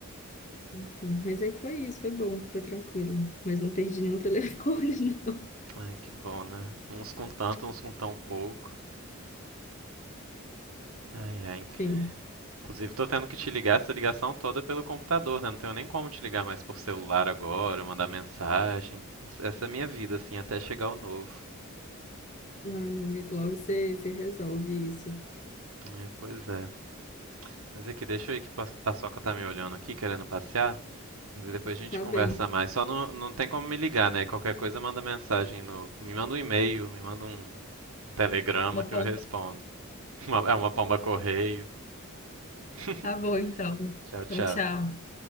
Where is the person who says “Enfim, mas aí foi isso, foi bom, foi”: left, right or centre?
Left